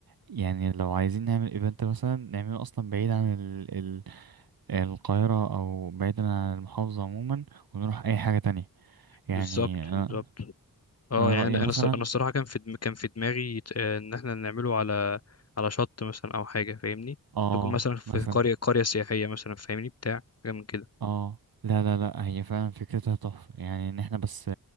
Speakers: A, on the right; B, on the left.
A: يعني لو عايزين نعمل ايفنت مثلا نعمله اصلا بعيد عن ال ال القاهرة او بعيد عن المحافظة عموما ونروح اي حاجة تانية يعني
B: بالظبط
A: انا
B: بالظبط اه
A: أنا
B: يعني
A: رأيي
B: انا
A: مثلا
B: انا الصرا- أنا الصراحه كان في دم- كان في دماغي ت- آه، ان احنا نعمله على على شط مثلا او حاجه فاهمني
A: اه
B: تكون مثلا في
A: مثلا
B: قريه قريه سياحيه مثلا فاهمني بتاع حاجه من كده
A: اه لا لا لا هي فعلا فكرتها تحفة يعني ان احنا بس